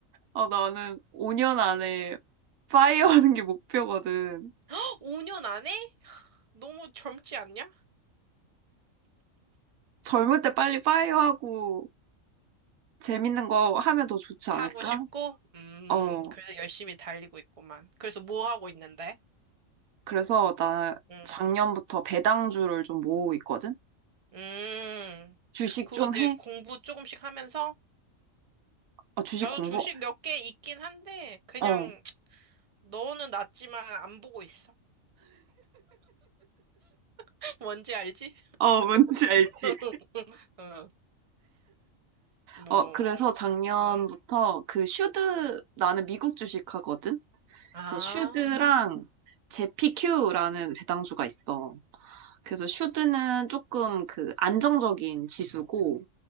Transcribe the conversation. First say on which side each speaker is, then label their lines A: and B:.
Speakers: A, on the right; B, on the right.
A: 어, 나는 5년 안에 파이어 하는 게 목표거든.
B: <gasps> 5년 안에? 너무 젊지 않냐?
A: 젊을 때 빨리 파이어 하고 재밌는 거 하면 더 좋지 않을까?
B: 하고 싶고, 음,
A: 어,
B: 그래서 열심히 달리고 있구만. 그래서 뭐 하고 있는데?
A: 그래서 나는
B: 응.
A: 작년부터 배당주를 좀 모으고 있거든?
B: 음,
A: 주식
B: 그거
A: 좀
B: 이제
A: 해?
B: 공부 조금씩 하면서,
A: 어, 주식
B: 나도
A: 공부?
B: 주식 몇 개 있긴 한데, 그냥,
A: 어.
B: 너는 낮지만 안 보고 있어. <laughs> 뭔지 알지?
A: 어, 뭔지 알지?
B: <laughs> 어, 뭐,
A: 어, 그래서 작년부터
B: 음.
A: 그 슈드, 나는 미국 주식 하거든?
B: 아,
A: 그래서 슈드랑 제피큐라는 배당주가 있어. 그래서 슈드는 조금 그 안정적인 지수고,